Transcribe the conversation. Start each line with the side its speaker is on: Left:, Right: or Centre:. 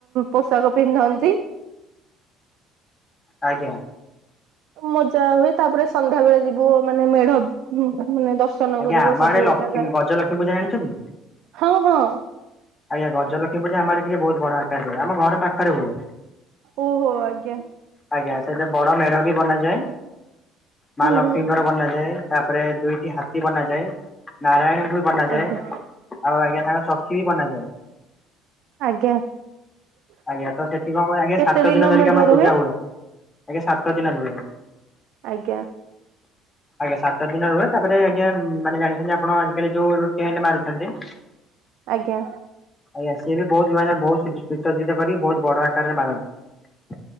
Right: ପୋଷାକ ପିନ୍ଧନ୍ତି।
Left: ଆଜ୍ଞା।
Right: ମଜା ହୁଏ ତାପରେ ସନ୍ଧ୍ୟା ବେଳେ ଯିବୁ ମାନେ ମେଢ଼ ଉଁ ମାନେଦର୍ଶ ଶନ
Left: ଆଜ୍ଞା
Right: କରିବୁ
Left: ଆମ
Right: ସବୁ
Left: ଆଡେ ଲକ୍ଷ୍ମୀ
Right: ଜାଗାର
Left: ଗଜଲକ୍ଷ୍ମୀ ପୂଜା ଜାଣିଛନ୍ତି?
Right: ହଁ ହଁ।
Left: ଆଜ୍ଞା ଗଜଲକ୍ଷ୍ମୀ ପୂଜା ଆମ ଆଡ଼େ ଟିକେ ଭଉତ୍ ବଡ଼ ଆକାରରେ ହୁଏ ଆମ ଘର ପାଖରେ ହୁଏ।
Right: ଓହୋ ଆଜ୍ଞା
Left: ଆଜ୍ଞା ସେତ ବଡ଼ ମେଢ଼ ବି ବନାଯାଏ ମା
Right: ହୁଁ
Left: ଲକ୍ଷ୍ମୀଙ୍କର
Right: ହୁଁ
Left: ବନାଯାଏ। ତାପରେ ଦୁଇଟି ହାତୀ ବନାଯାଏ। ନାରାୟଣଙ୍କୁ ବି ବନାଯାଏ
Right: ଆଜ୍ଞା
Left: ଆଉ ଆଜ୍ଞା ତାଙ୍କର ସଖୀ ବି ବନାଯାଏ।
Right: ଆଜ୍ଞା।
Left: ଆଜ୍ଞା ତ ସେଠି କଁ ହୁଏ ଆଜ୍ଞା
Right: କେତେ
Left: ସାତ ଦିନ ଧରିକି
Right: ମେଢ
Left: ଆମର
Right: ରୁହେ
Left: ପୂଜା ହୁଏ। ଆଜ୍ଞା ସାତ ଦିନ ଧୁଏ।
Right: ଆଜ୍ଞା।
Left: ଆଜ୍ଞା ସାତ ଦିନ ରୁହେ ତାପରେ ଆଜ୍ଞା ମାନେ ଜାଣିଛନ୍ତି ଆପଣ ଆଜିକାଲି ଯୋଉ ଟେଣ୍ଟ ମାରୁଛନ୍ତି।
Right: ଆଜ୍ଞା।
Left: ଆଜ୍ଞା ସିଏ ବି ବହୁତ ମାନେ ବହୁତ ସୁଜ ସୁସଜ୍ଜିତ କରିକି ବହୁତ ବଡ଼ ଆକାରରେ ମାରନ୍ତି।